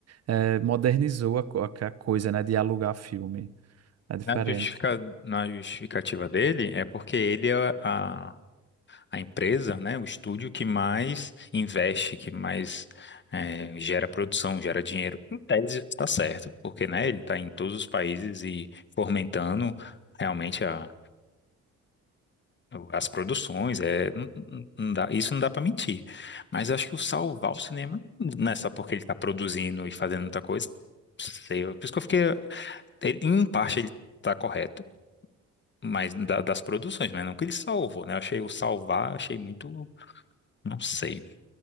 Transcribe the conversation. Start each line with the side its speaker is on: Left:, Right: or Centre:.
Right: é, modernizou a, co- a coisa, né? De alugar filme. É diferente.
Left: na justifica- na justificativa dele é porque ele é a, a empresa, né, o estúdio que mais investe, que mais eh, gera produção, gera dinheiro. Em tese está certo, porque né, ele está em todos os países e fomentando realmente a- as produções. É, não- não- não dá- isso não dá para mentir. Mas acho que o salvar o cinema não é só porque ele está produzindo e fazendo muita coisa. Não Sei, por isso que eu fiquei. Ele, em parte ele tá correto, mas da- das produções, mas não que ele salvou, né? Eu achei o salvar, achei muito, não sei.